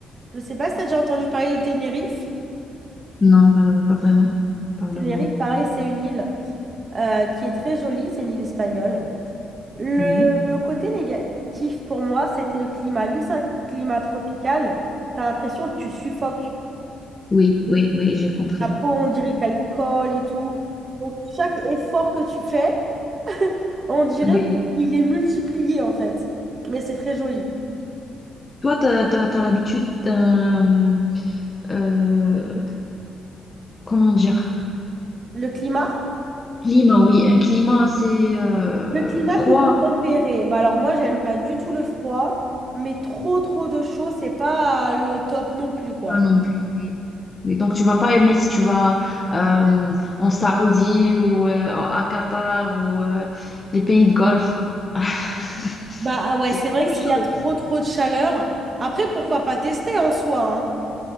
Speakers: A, on the right; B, on the left.
A: Je sais pas si tu as déjà entendu parler de Tenerife.
B: Non, pas, pas vraiment. Parle-moi.
A: Tenerife, pareil, c'est une île euh, qui est très jolie, c'est une île espagnole. Le,
B: Oui,
A: le côté négatif pour moi, ça a été le climat. Vu que c'est un climat tropical, tu as l'impression que tu suffoques.
B: oui, oui, oui, j'ai compris.
A: Ta peau, on dirait qu'elle colle et tout. Donc chaque effort que tu fais, on dirait
B: Oui.
A: qu'il est multiplié en fait. Mais c'est très joli.
B: Toi, t'as, t'as, t'as l'habitude d'un, euh, comment dire,
A: Le climat?
B: climat, oui, un climat assez euh,
A: Le climat
B: froid.
A: plutôt tempéré. Bah alors moi, j'aime pas du tout le froid, mais trop trop de chaud, c'est pas euh, le top non plus quoi.
B: Pas non plus, oui. Oui, Donc, tu vas pas aimer si tu vas euh, en Saoudie ou euh, à Qatar ou euh, les pays de Golfe. <laughs>
A: Bah ah ouais,
B: C'est
A: c'est vrai
B: trop
A: que s'il
B: chaud.
A: y a trop trop de chaleur, après pourquoi pas tester en soi, hein?